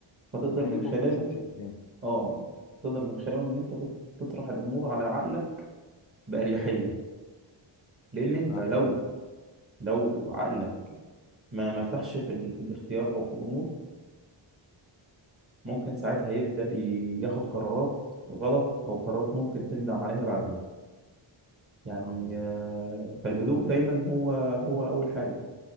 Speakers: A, on the right; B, on the left.
A: فتقدر
B: هادي
A: من
B: وما
A: خلاله
B: فيهوش مشتتات
A: اه تقدر من خلاله ان انت تط- تطرح الامور على عقلك باريحيه لان انت
B: فاهم
A: لو لو عقلك ما مرتاحش في, ال... في الاختيار او في الامور ممكن ساعتها يبدا ي- ياخد قرارات غلط او قرارات ممكن تندم عليها بعدين يعني
B: اه بالظبط
A: آه، فالهدوء دايما هو هو اول حاجه